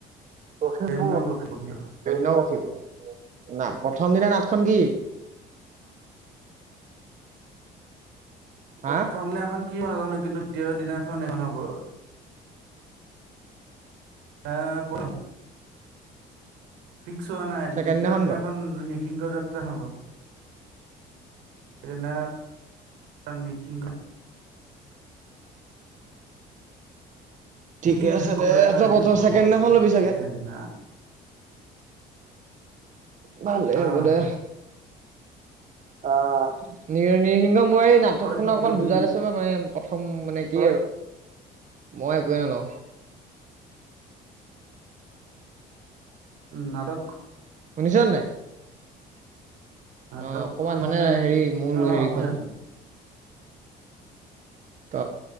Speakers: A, on the right; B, on the right.
A: কখি
B: অন্য
A: প
B: কষিপু
A: নখি। <unintelligible> না প্ৰথম দিনা নাটখন কি? হা
B: প্ৰথম দিনাখন কি হ'ব নাজানো কিন্তু দ্বিতীয় দিনাখন সেখন হ'ব, আহ প। ফিক্স হোৱা নাই
A: ছেকেণ্ড
B: দ্বিতীয় দিনাখন
A: ক
B: নিঃসিংহ যাত্ৰা নহ'ব। নে নিসিংঘ।
A: ঠিকে
B: নিসিংহ
A: আছে দে ত প্ৰথ
B: হ'ব
A: ছেকেণ্ডদিনাখন ল'বি চাগে,
B: ছেকেণ্ড দিনা
A: ভালেই
B: আহ
A: হ'ব দে অ নি নিৰসিংহ মই নাটকখনক
B: তই কি
A: অকমান
B: লবি
A: বুজাই দিছো মই মানে প্ৰথম মানে কি মই একোৱে নলওঁ।
B: নাৰক,
A: শুনিছ নাই?
B: নাটকখন
A: অ অকমান
B: মানে
A: হেৰি মূল
B: অ
A: হেৰিখন
B: অসমীয়া হয়‌।
A: ত